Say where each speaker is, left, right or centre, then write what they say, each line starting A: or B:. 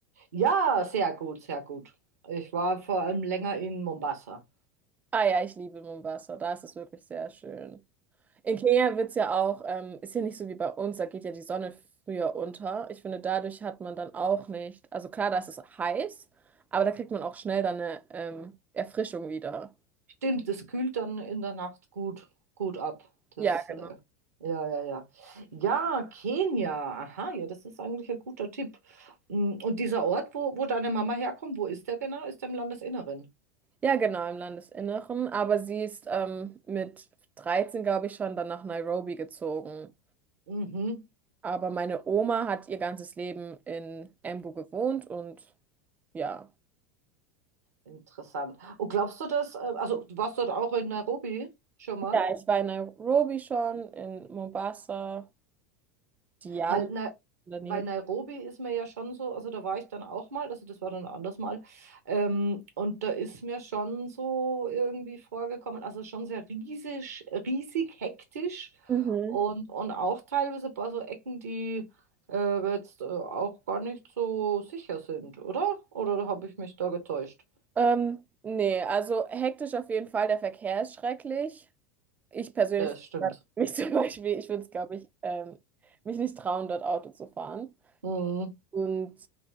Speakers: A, on the right; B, on the right.
A: Ja, sehr gut, sehr gut. Ich war vor allem länger in Mombasa.
B: Ah ja, ich liebe Mombasa. Da ist es wirklich sehr schön. In Kenia wird es ja auch, ähm, ist hier nicht so wie bei uns, da geht ja die Sonne früher unter. Ich finde, dadurch hat man dann auch nicht, also klar, da ist es heiß, aber da kriegt man auch schnell dann eine ähm, Erfrischung wieder.
A: Stimmt, es kühlt dann in der Nacht gut, gut ab.
B: Ja,
A: Das,
B: genau.
A: äh, ja, ja, ja. Ja, Kenia. Aha, ja, das ist eigentlich ein guter Tipp. Mm, Und dieser Ort, wo, wo deine Mama herkommt, wo ist der genau? Ist der im Landesinneren?
B: Ja, genau, im Landesinneren. Aber sie ist ähm, mit 13, glaube ich, schon dann nach Nairobi gezogen.
A: Mhm,
B: Aber meine Oma hat ihr ganzes Leben in Embu gewohnt und ja.
A: interessant. Und glaubst du, dass, äh, also du warst dort auch in Nairobi schon mal?
B: Ja, ich war in Nairobi schon, in Mombasa, Diani
A: Weil na,
B: in der
A: bei
B: Nähe.
A: Nairobi ist mir ja schon so, also da war ich dann auch mal, also das war dann ein anderes Mal, ähm, und da ist mir schon so irgendwie vorgekommen, also schon sehr riesig, riesig hektisch
B: Mhm.
A: und, und auch teilweise ein paar so Ecken, die äh, jetzt äh, auch gar nicht so sicher sind, oder? Oder habe ich mich da getäuscht?
B: Ähm, nee, also hektisch auf jeden Fall. Der Verkehr ist schrecklich. Ich persönlich,
A: Ja, das stimmt.
B: <laughs> mich zum Beispiel, ich würde es, glaube ich, ähm, mich nicht trauen, dort Auto zu fahren.
A: Mhm.
B: Und